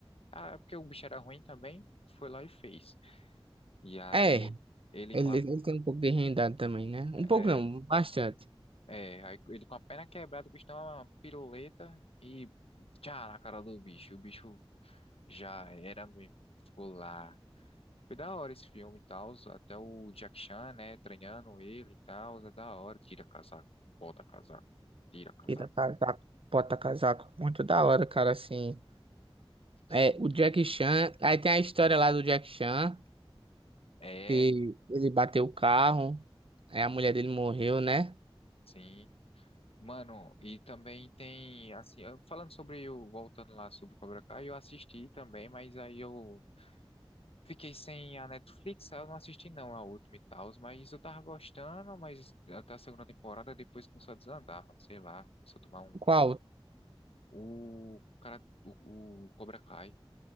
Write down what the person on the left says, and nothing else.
Ah, é porque o bicho era ruim também, foi lá e fez. E aí.
Ele
com a
Era.
É, aí ele com a perna quebrada, o bicho dá uma piruleta e tchá na cara do bicho. O bicho já era mesmo. Ficou lá. Foi da hora esse filme e tal. Até o Jack Chan, né, treinando ele e tal. É da hora. Tira casaco, bota casaco, tira casaco.
Sim.
É,
sim. Mano, e também tem, assim, eu- falando sobre o, voltando lá sobre Cobra Kai, eu assisti também, mas aí eu Fiquei sem a Netflix, eu não assisti não a última e tal, mas eu tava gostando, mas até a segunda temporada depois começou a desandar, mano, sei lá, começou a tomar um...
O cara, o, o Cobra Kai,